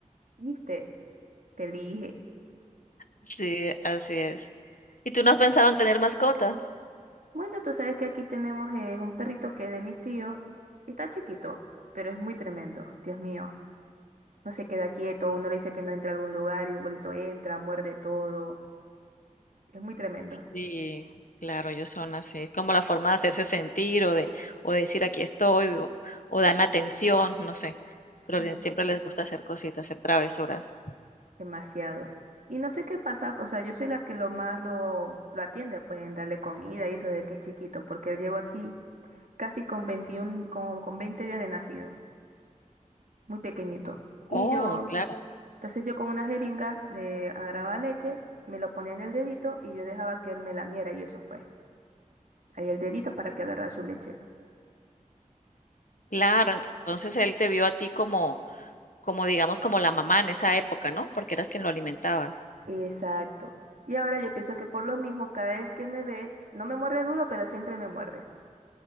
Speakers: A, on the right (about 80°); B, on the left (about 75°).
A: ¿Viste? Te dije.
B: Sí, así es. ¿Y tú no has pensado en tener mascotas?
A: Bueno, tú sabes que aquí tenemos eh, un perrito que es de mis tíos. Está chiquito, pero es muy tremendo. Dios mío. No se queda quieto, uno le dice que no entra a algún lugar y el bolito entra, muerde todo. Es muy tremendo,
B: Sí, claro, ellos son así, es como la forma de hacerse sentir o de o de decir aquí estoy o o dame atención, no sé, pero
A: Sí.
B: le siempre les gusta hacer cositas, hacer travesuras.
A: demasiado. Y no sé qué pasa, o sea, yo soy la que lo más lo, lo atiende, pues en darle comida y eso de que es chiquito, porque él llegó aquí casi con 21 como con 20 días de nacido, muy pequeñito. Y
B: Oh,
A: yo,
B: claro,
A: ps, entonces yo con una jeringa le agarraba leche, me lo ponía en el dedito y yo dejaba que él me lamiera y eso pues, ahí el dedito para que agarrara su leche.
B: claro, entonces él te vio a ti como como digamos, como la mamá en esa época, ¿no? Porque eras quien lo alimentabas.
A: Exacto. Y ahora yo pienso que por lo mismo, cada vez que me ve, no me muerde duro, pero siempre me muerde.